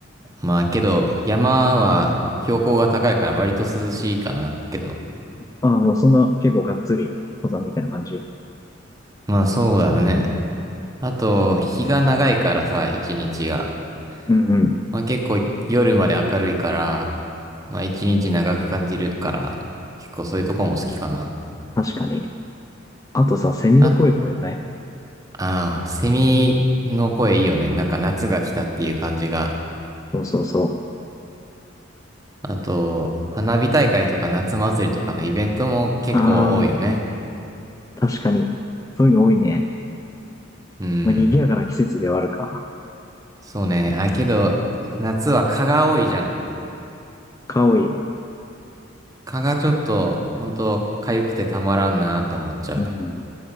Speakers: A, on the right; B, on the left.
A: まあけど、山は標高が高いから割と涼しいかな、けど。
B: ああ、もうそんな結構がっつり登山みたいな感じ。
A: まあそうだよね。あと、日が長いからさ、一日が。
B: うんうん。
A: まあ結構夜まで明るいから、まあ一日長く感じるから、結構そういうとこも好きかな。
B: 確かに。あとさ、セミの声とか良くない
A: あ、ああ、セミの声いいよね。なんか夏が来たっていう感じが。
B: そうそうそう。
A: あと、花火大会とか夏祭りとかのイベントも結構多いよね。
B: ああ、確かに。そういうの多いね。
A: うん。
B: まあ、賑やかな季節ではあるか。
A: そうね。あ、けど、夏は蚊が多いじゃん。
B: 蚊多い。
A: 蚊がちょっと、ほんと、痒くてたまらんなと思っちゃう。
B: うん。